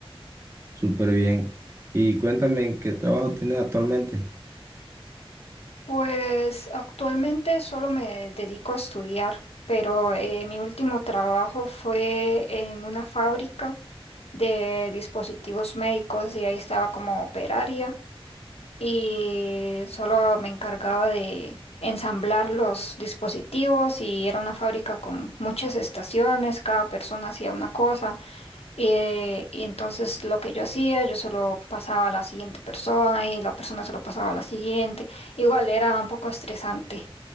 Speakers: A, on the right; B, on the left.
A: súper bien. Y cuéntame, ¿en ¿qué trabajo tienes actualmente?
B: Pues actualmente solo me dedico a estudiar, pero eh, mi último trabajo fue en una fábrica de dispositivos médicos y ahí estaba como operaria y solo me encargaba de ensamblar los dispositivos y era una fábrica con muchas estaciones, cada persona hacía una cosa. Eh, y entonces lo que yo hacía, yo solo pasaba a la siguiente persona y la persona solo pasaba a la siguiente. Igual era un poco estresante,